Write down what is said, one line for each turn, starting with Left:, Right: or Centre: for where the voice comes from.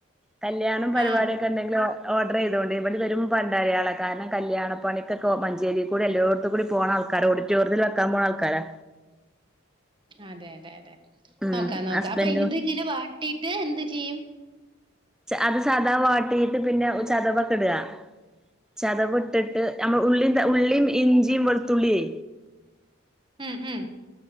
Centre: കല്യാണം പരിപാടിയൊക്കെ
Right: ആഹ്
Centre: ഉണ്ടെങ്കിലോ ഓർഡർ ചെയ്തൊണ്ട് ഇവിടെ വരും പണ്ടരയാളാണ് കാരണം കല്യാണപ്പണിക്കൊ മഞ്ചേരിൽ കൂടി എല്ലോടത്തും കൂടി പോണ ആൾക്കാര ഓഡിറ്റോറിയത്തിൽ വക്കാൻ പോണ ആൾക്കാരാ
Right: അതെ അതെ അതെ
Centre: ഉം
Right: നോക്കാം നോക്കാം
Centre: ഹസ്ബൻഡും
Right: അപ്പൊ ഇത് ഇങ്ങനെ വാട്ടീട്ട് എന്ത് ചെയ്യും
Centre: അത് സാദാ വാട്ടിട്ട് പിന്നെ ചതവൊക്കെ ഇടുക ചതവ് ഇട്ടിട്ട് നമ്മൾ ഉ ഉള്ളിയും ഇഞ്ചിയും വെളുത്തുള്ളിയേ
Right: മം മം